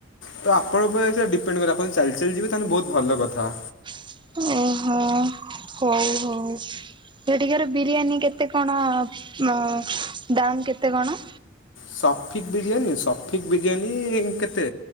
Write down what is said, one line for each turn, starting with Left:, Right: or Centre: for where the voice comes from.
Left: ତ ଆପଣ ଉପରେ ସେଟା ଡିପେଣ୍ଡ ଆପଣ ଯଦି ଚାଲି ଚାଲି ଯିବେ ତାହେଲେ ବହୁତ ଭଲ କଥା।
Right: ଓହୋ ହଉ ହଉ। ସେଠିକାର ବିରିୟାନୀ କେତେ କଣ ମ ଦାମ୍ କେତେ କଣ?
Left: ସଫିକ୍ ବିରିୟାନୀ, ସଫିକ୍ ବିରିୟାନୀ କେତେ